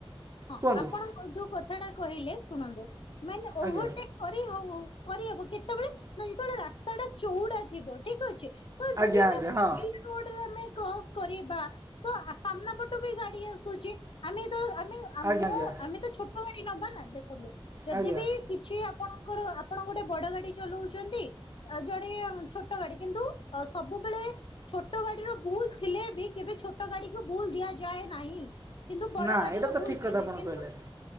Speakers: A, on the left; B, on the right.
A: ହଁ
B: କୁହନ୍ତୁ
A: ଆପଣ ଯୋଉ କଥାଟା କହିଲେ ଶୁଣନ୍ତୁ ମାନେ ଓଭରଟେକ୍
B: ଆଜ୍ଞା
A: କରିହଉଉ କରିହବ କେତେବେଳେ ନା ଯେତେବେଳେ ରାସ୍ତା ଟା ଚଉଡା ଥିବ ଠିକ ଅଛି। ତ
B: ଆଜ୍ଞା
A: ଯଦି ଆମେ
B: ଆଜ୍ଞା
A: ସିଙ୍ଗଲ୍
B: ହଁ
A: ରେ କ୍ରସ୍ କରିବା ତ ଆ ସାମ୍ନା ପଟୁ ବି ଗାଡି ଆସୁଚି ଆମେ ତ ଆମେ
B: ଆଜ୍ଞା
A: ମୁଁ
B: ଆଜ୍ଞା
A: ଆମେ ତ ଛୋଟ ଗାଡି ନବା ନା ଦେଖନ୍ତୁ ଯଦି
B: ଆଜ୍ଞା
A: ବି କିଛି ଆପ୍ ଆପଣଙ୍କର ଆପଣ ଗୋଟେ ବଡ ଗାଡି ଚଲଉଚନ୍ତି। ଅ ଜଣେ ଛୋଟ ଗାଡି କିନ୍ତୁ ଅ ସବୁବେଳେ ଛୋଟ ଗାଡିର ଭୁଲ ଥିଲେ ବି କେବେ ଛୋଟ ଗାଡିକୁ ଭୁଲ ଦିଆଯାଏ ନାହିଁ। କିନ୍ତୁ ବଡ
B: ନା
A: ଗାଡିର
B: ଏଇଟା ତ
A: ଭୁଲ
B: ଠିକ୍
A: ଦିଆଯାଏ।
B: କଥା ଆପଣ
A: କେମତି
B: କହିଲେ